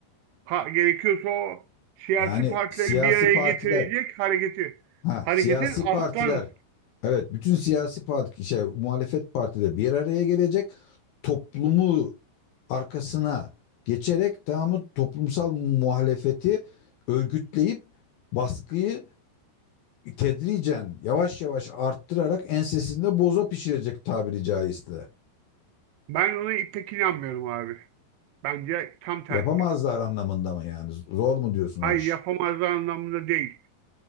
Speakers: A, on the right; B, on the left.
A: Pa- gerekiyorsa o siyasi
B: Yani
A: partileri
B: siyasi
A: bir araya
B: partiler,
A: getirecek hareketi.
B: ha
A: Hareketin
B: siyasi
A: alttan
B: partiler, evet bütün siyasi parti, şey muhalefet partileri bir araya gelecek, toplumu arkasına geçerek tamamı toplumsal muhalefeti örgütleyip baskıyı tedricen yavaş yavaş arttırarak ensesinde boza pişirecek tabiri caizse.
A: Ben ona pek inanmıyorum abi. Bence tam tersi.
B: Yapamazlar anlamında mı yani? Zor mu diyorsun
A: Hayır
B: o iş?
A: yapamazlar anlamında değil.